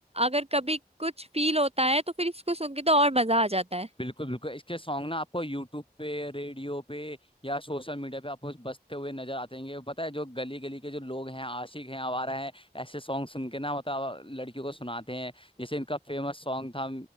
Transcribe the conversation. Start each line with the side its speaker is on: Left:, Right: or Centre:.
Right: अगर कभी कुछ फील होता है तो फिर इसको सुन के तो और मजा आ जाता है
Left: बिल्कुल बिल्कुल इसके सॉन्ग ना आपको यूट्यूब पे रेडियो पे या सोशल मीडिया पे आपको बजते हुए नजर आते हैं पता है जो गली गली के जो लोग हैं आशिक हैं आवारा हैं ऐसे सॉन्ग सुन के ना मतलब लड़कियों को सुनाते हैं जैसे इनका फेमस सॉन्ग था